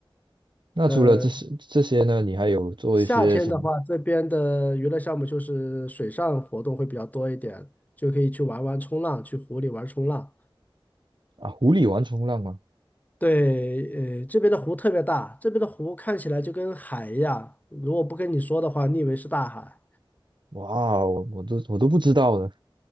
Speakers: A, on the right (about 55°); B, on the left (about 20°).
A: 那除了这些这些呢，
B: 呃，
A: 你还有做一些什么
B: 夏天的话，这边的娱乐项目就是水上活动会比较多一点，就可以去玩玩冲浪，去湖里玩冲浪。
A: 啊？湖里玩冲浪吗？
B: 对，呃，这边的湖特别大，这边的湖看起来就跟海一样，如果不跟你说的话，你以为是大海。
A: 哇我我都我都不知道的。